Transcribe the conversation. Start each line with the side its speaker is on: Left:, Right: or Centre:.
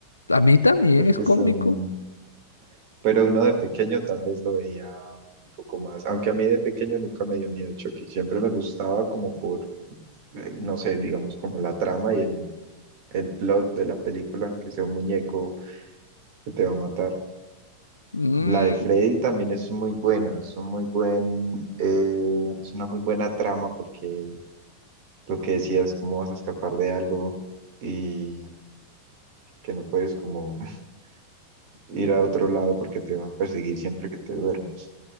Left: a mí también
Right: porque
Left: es cómico.
Right: son pero uno de pequeño tal vez lo veía un poco más, aunque a mí de pequeño nunca me dio miedo Chucky, siempre me gustaba como por, eh, no sé, digamos como la trama y el, el plot de la película, que sea un muñeco que te va a matar.
Left: Mm,
Right: La de Freddy también es muy buena, es un muy buen, eh, es una muy buena trama porque lo que decías, cómo vas a escapar de algo y que no puedes como <laughs> ir a otro lado porque te va a perseguir siempre que te duermas.